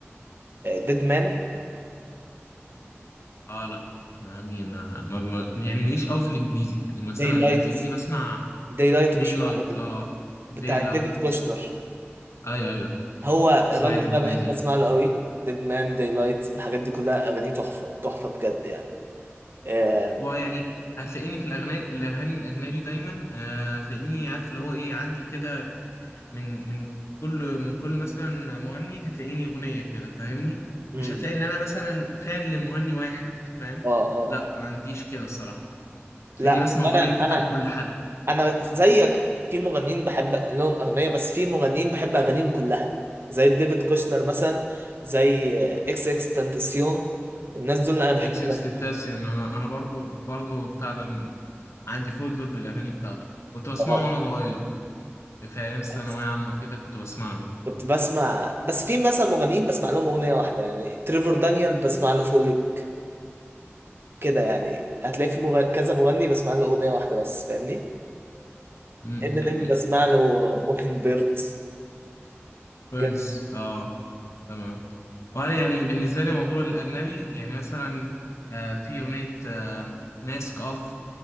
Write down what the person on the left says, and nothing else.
اه لا يعني ما... ما... ما... يعني ماليش قوي في الانجليزي يعني مثلا
هتلاقيني بسمع
داي
لايت
اه داي
لايت
ايوه ايوه
سمعت
الاغنيه
دي
هو يعني هتلاقيني في الأغاني الأغاني الأجنبي دايما آه، هتلاقيني عارف اللي هو إيه عندي كده من من كل من كل مثلا مغني هتلاقيني أغنية كده فاهمني
مش هتلاقي إن أنا مثلا فان لمغني واحد فاهم
لا
ما عنديش كده الصراحة هتلاقيني
بسمع أغنية
كده
لكل حد
إكس
إكس تنتاسيون
أنا أنا برضو برضو بتاع ده عندي فولدر بالأغاني بتاعته كنت بسمعه
وأنا صغير في أيام ثانوية
عامة كده كنت بسمع له
مم،
يعني
بيردز
آه تمام وانا يعني بالنسبه لي موضوع الاجنبي يعني مثلا آه في اغنيه آه ناسك اوف